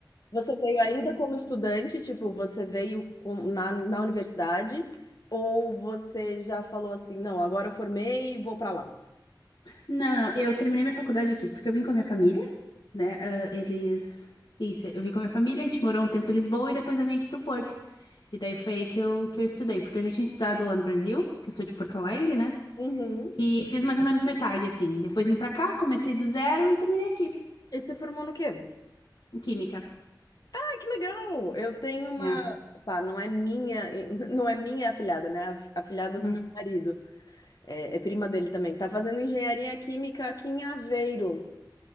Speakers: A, on the left; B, on the left.
A: Você veio ainda
B: Sim.
A: como estudante, tipo, você veio com- na, na universidade, ou você já falou assim, não, agora eu formei e vou pra lá?
B: Não, não, eu terminei minha faculdade aqui, porque eu vim com a minha família, né? ah, eles. Isso, eu vim com a minha família, a gente morou um tempo em Lisboa e depois eu vim aqui pro Porto. E daí foi aí que eu, que eu estudei, porque eu já tinha estudado lá no Brasil, que eu sou de Porto Alegre, né?
A: Uhum.
B: E fiz mais ou menos metade, assim. Depois vim pra cá, comecei do zero e terminei aqui,
A: E você formou no quê?
B: em Química.
A: Ah, que legal! Eu tenho uma,
B: É.
A: pá, não é minha, <laughs> não é minha afilhada, né? A afilhada
B: Uhum.
A: do meu marido, é, é prima dele também, que tá fazendo engenharia química aqui em Aveiro,